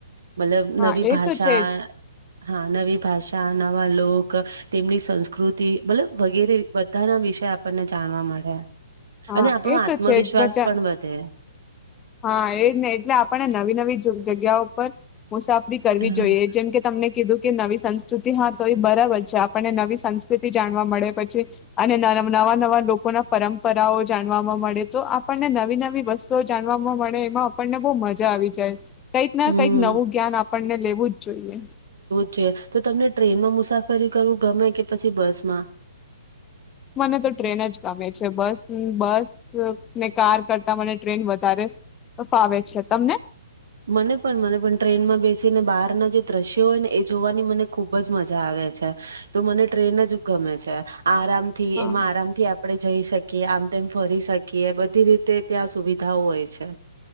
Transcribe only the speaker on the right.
મતલબ
નવી
ભાષા
હા નવી. ભાષા નવા લોક તેમની સંસ્કૃતિ મતલબ વગેરે બધા ના વિષય આપણને જાણવા મળે.
અને આપણો
આત્મવિશ્વાસ
પણ વધે.
હા,
હમ
જોઇએ તો તમને ટ્રેનમાં મુસાફરી કરવું ગમે કે પછી બસમાં.
મને પણ મને પણ ટ્રેનમાં બેસીને બહાર નથી દ્રશ્યો હોય ને એ જોવાની મને ખુબ જ મજા આવે છે તો મને ટ્રેન જ ગમે છે. આરામથી
એમાં આરામ થી આપણે. જઈ શકીએ આમ તેમ ફરી શકીએ બધી રીતે ત્યાં સુવિધાઓ હોય છે.